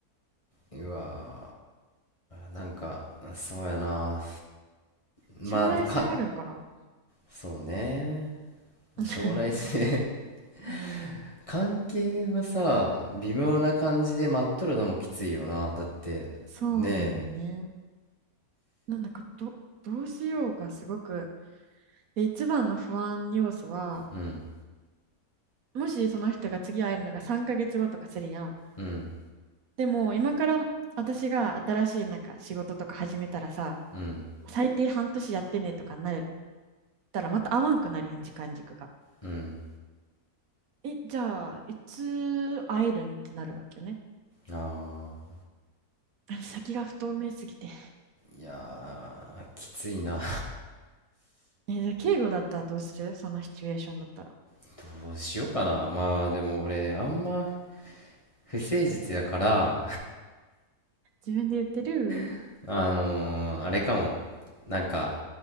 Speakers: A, on the left; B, on the right.
A: うわー、なんか、そうやな。まあ、
B: 将来性あるんかな
A: か、そうね
B: <laughs>
A: 将来性
B: うん、
A: <laughs> 関係はさ微妙な感じで待っとるのもきついよなだってねえ
B: そうなんよね。なんだかど、どうしようがすごく、で、一番の不安要素は、
A: うん
B: もしその人が次会えるのが3ヶ月後とかするやん。
A: うん
B: でも今から私が新しいなんか仕事とか始めたらさ、
A: うん
B: 最低半年やってねとかなるったらまた会わんくなるやん、時間軸が。
A: うん
B: え、じゃあ、いつ会えるんってなるわけよね。
A: ああ
B: <laughs> 先が不透明すぎて。
A: いやーきついな
B: え、じゃあ、敬語だったらどうするそのシチュエーションだったら。
A: <laughs> どうしようかなまあでも俺あんま不誠実やから
B: 自分で言ってる
A: <laughs> あのーあれかもなんか